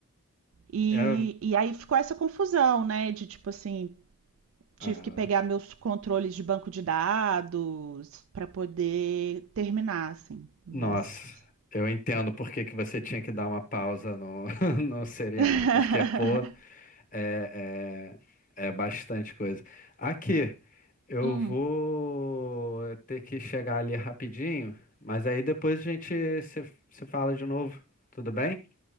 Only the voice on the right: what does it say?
E,
e aí ficou essa confusão, né? De tipo assim,
Tive que pegar meus controles de banco de dados para poder terminar, assim.
Mas.
<laughs>
Hum,